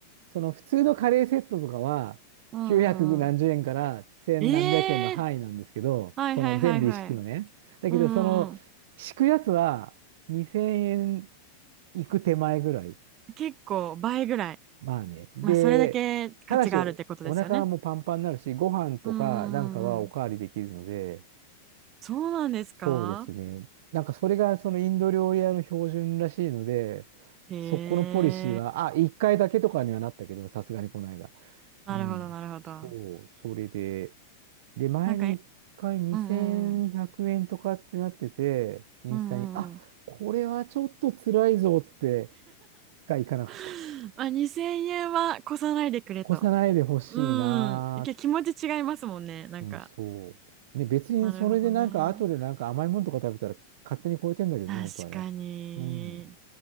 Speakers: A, on the right; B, on the right.
A: その普通のカレーセットとかは900何十円から千何百円の範囲なんですけど、
B: うんうんうん。ええはいはいはいはい。
A: その全部一式はね。だけど、
B: うんうんうん。
A: その敷くやつは2000円いく手前ぐらい。
B: 結構倍ぐらい。
A: まあね。で、
B: まあ、それだけ価値があるってことですよね。
A: ただしお、お腹もパンパンになるし、ご飯とかなんかはおかわりできるので、
B: うんうんうんうん。そうなんですか
A: そうですね。なんかそれがそのインド料理屋の標準らしいので、
B: へえ。
A: そこのポリシーは、あ、1回だけとかにはなったけど、さすがにこの間。
B: なるほどなるほど。
A: うん。そう、それで、で、前に一回2100円とかってなってて、
B: なんか、えうんうんうん。
A: インスタに、
B: うんうんうん。
A: あ、これはちょっと辛いぞって、がいかなかった。
B: <laughs> まあ、2000円は越さないでくれと。
A: <laughs> 越さないでほしいな
B: うん。け気持ち違いますもんね。なんか、
A: ー。うん、そう。ね、別にそれでなんか、
B: なるほどね。
A: 後でなんか甘いものとか食べたら勝手に超えてんだけどね、
B: 確かに。
A: 本当はね。うん。